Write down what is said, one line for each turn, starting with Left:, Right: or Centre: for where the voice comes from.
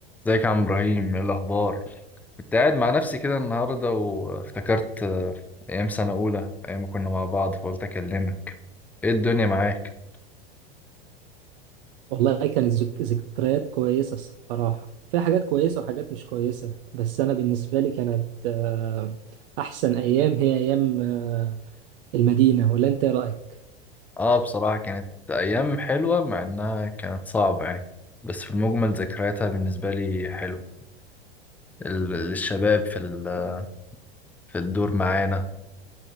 Centre: ازيك يا عم ابراهيم ايه الاخبار كنت قاعد مع نفسي كده النهارده وافتكرت آه، ايام سنه اولى ايام ما كنا مع بعض فقلت اكلمك ايه الدنيا معاك
Right: والله كانت ذك- ذكريات كويسة الصراحة في حاجات كويسة وحاجات مش كويسة بس أنا بالنسبة لي كانت آه، أحسن أيام هي أيام آه، المدينة ولا أنت إيه رأيك؟
Centre: اه بصراحه كانت ايام حلوه مع انها كانت صعبه يعني بس في المجمل ذكرياتها بالنسبه لي حلو ال- الشباب في ال- في الدور معانا